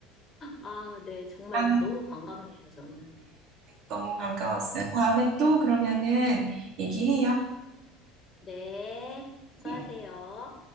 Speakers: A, on the left (about 30°); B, on the right (about 60°).
A: 아, 네. 정말
B: 다음에
A: 너무 반갑네요, 저는.
B: 너무 반가웠어요. 다음에 또 그러면은 얘기해요.
A: 네. 수고하세요.
B: 네.